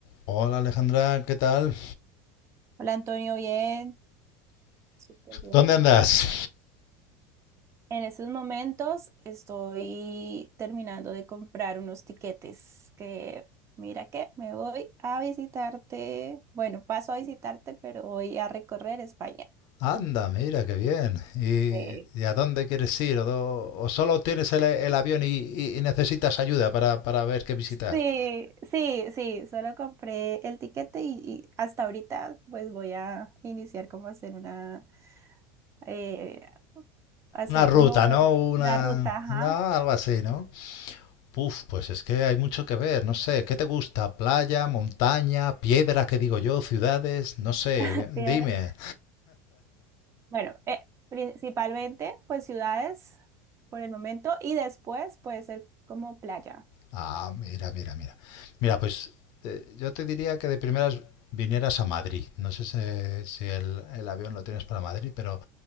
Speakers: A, on the left (about 60°); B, on the right (about 35°).
A: Hola Alejandra, ¿qué tal?
B: Hola Antonio, bien. Súper bien.
A: ¿Dónde andas?
B: En estos momentos estoy terminando de comprar unos tiquetes que, mira que me voy a visitarte, bueno, paso a visitarte, pero voy a recorrer España.
A: Anda, mira, qué bien. ¿Y,
B: Sí,
A: y a dónde quieres ir? ¿O, do- o solo tienes el, el avión y, y- y necesitas ayuda para, para ver qué visitar?
B: Sí, sí, sí, solo compré el tiquete y, y hasta ahorita pues voy a iniciar como a hacer una, eh, hacer
A: Una ruta,
B: como
A: ¿no? Una...
B: una ruta, ajá,
A: No, algo así, ¿no? Puf, pues es que hay mucho que ver, no sé. ¿Qué te gusta? ¿Playa, montaña, piedra, que digo yo, ciudades? No sé,
B: <laughs> piedra,
A: dime.
B: Bueno, eh, principalmente pues ciudades por el momento y después puede ser como playa.
A: Ah, mira, mira, mira. Mira, pues eh, yo te diría que de primeras vinieras a Madrid. No sé si, si el, el avión lo tienes para Madrid, pero